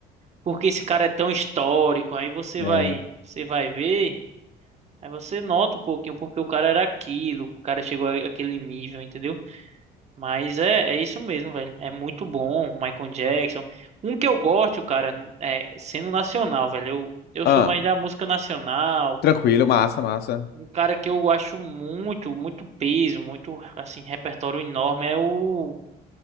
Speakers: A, on the right (about 40°); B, on the left (about 70°).
A: Porque esse cara é tão histórico. Aí você
B: É.
A: vai, você vai ver. Aí você nota um pouquinho porque o cara era aquilo, o cara chegou a- àquele nível, entendeu? Mas é, é isso mesmo, velho. É muito bom, Michael Jackson. Um que eu gosto, cara, é sendo nacional, velho. Eu, eu
B: Ah,
A: sou mais da música nacional.
B: tranquilo, massa, massa.
A: Um cara que eu acho muito, muito peso, muito, assim, repertório enorme é o.